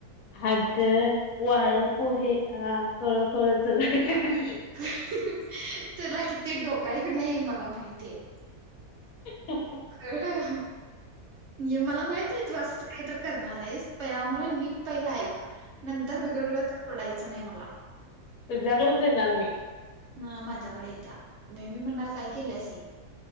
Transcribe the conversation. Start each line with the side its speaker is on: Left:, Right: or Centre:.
Left: अगं वाळ पोहे हां, कळ कळ च <unintelligible>
Right: हं अं, तुला किती डोक हाय का नाही मला माहितीये.
Left: हं ह हं.
Right: खहं हं. ये, मला माहित ए तू असंचं काहीतर करणार आहेस, त यामुळे नीट पहिलं ऐक. नंतर बिघडलं, तर ओरडायचं नाही मला.
Left: तुझ्याकडच येणार मी.
Right: ना माझ्याकडे येत्या, मेह मी म्हणणार काय केल्यास हे?